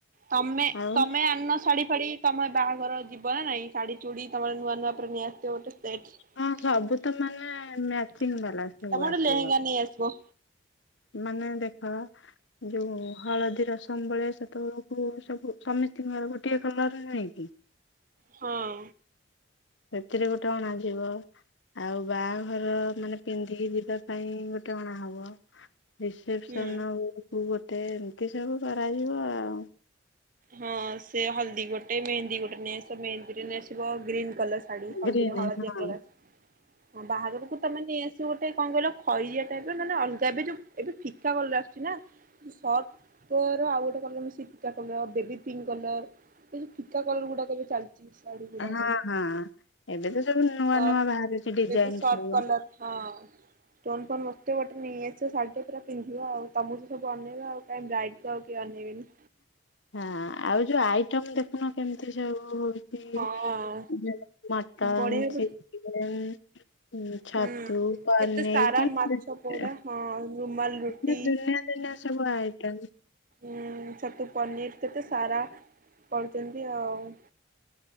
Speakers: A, on the right (about 45°); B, on the left (about 65°).
A: ତମେ
B: ଆଉ
A: ତମେ ଆଣିନ ଶାଢୀ ଫାଡି ତମ ବାହାଘର ଯିବ ନା ନାଇଁ ଶାଢୀ ଚୁଡି ତମର ନୂଆ ନୂଆ ପ୍ରିମିୟର। ଯେ ଗୋଟେ ସେଟ୍ ତମେ
B: ହଁ ସବୁ ତ ମାନେ ମ୍ୟାଚିଂ ବାଲା ସବୁ
A: ଗୋଟେ
B: ଆସିବ
A: ଲେହେଙ୍ଗା ନେଇ ଆସିବ।
B: ମାନେ ଦେଖ ଯୋଉ ହଳଦୀ ରସମ ବେଳେ ସେତଳୁକୁ ସବୁ ସମିସ୍ତଙ୍କର ଗୋଟେ କଲର ନୁହଁକି।
A: ହଁ।
B: ସେଥିରେ ଗୋଟେ ଅଣାଯିବ। ଆଉ ବାହାଘର ମାନେ ପିନ୍ଧିକି ଯିବା ପାଇଁ ଗୋଟେ ଅଣା ହବ। ରିସେପସନ
A: ହୁଁ।
B: ବେଳକୁ ଗୋଟେ ଏମିତି ସବୁ କରାଯିବ ଆଉ।
A: ହଁ ସେ ହଳଦୀ ଗୋଟେ ମେହେନ୍ଦୀ ଗୋଟେ ନେଇଆସ ମେହନ୍ଦୀରେ ନେଇଆସିବ ଗ୍ରୀନ୍ କଲର। ଶାଢୀ, ହଳଦୀରେ
B: ଗ୍ରୀନ୍
A: ହଳଦିଆ
B: ହଁ।
A: କଲ ଆସି ହଁ ବାହର କୁ ତ ତମେ ନେଇ ଆସିବ ଗୋଟେ କଣ କହିଲ ଖରିଆ ଟାଇପରେ ନନେ ଅଲଗା ଏବେ ଯୋଉ ଏବେ ଫିକା ଗଲା ଆସୁଛି ନା। ସର୍ଟର ଆଉ ଗୋଟେ କଲର ମିଶିକି ଫିକା କଲର୍ ବେବୀ ପିଙ୍କ କଲର। ଏ ଫିକା କଲର ଗୁଡାକ ଏବେ ଚାଲିଛି ଶାଢୀ ଗୁଡାକ
B: ହଁ ହଁ। ଏବେ ତ ସବୁ ନୂଆ
A: ସର
B: ନୂଆ ବାହାରୁଛି ଡିଜାଇନ
A: ବେବି ସର୍ପ
B: ସବୁ
A: କଲର୍। ହଁ ଷ୍ଟୋନ ଫୋନ ବସିଥିବ ଗୋଟେ ନେଇଆଶିବ ଶାଢ଼ି ଟେ ପୁରା ପିନ୍ଧିବା ଆଉ। ତମକୁ ତ ସବୁ ଅନେଇବେ ଆଉ କାଇଁ ବ୍ରାଇଟ୍ ଆଉ କିଏ ଅନେଇବେନି?
B: ହଁ ଆଉ ଯୋଉ ଆଇଟମ ଦେଖୁନ କେମିତି ସବୁ ହଉଛି।
A: ହଁ
B: ମଟନ,
A: ବଢିଆ
B: ଚିକେନ।
A: ପ
B: ହଁ ଛତୁ
A: ହୁଁ
B: ପାନୀର
A: କେତେ ସାରା
B: <unintelligible>
A: ମାଛ ପୋଡା ହଁ ରୁମାଲ ରୁଟି
B: ଦୁନିର ଏଇନା ସବୁ ଆଇଟମ୍।
A: ଉଁ ଛତୁ ପନିର କେତେ ସାରା କରୀଛନ୍ତି ଆଉ।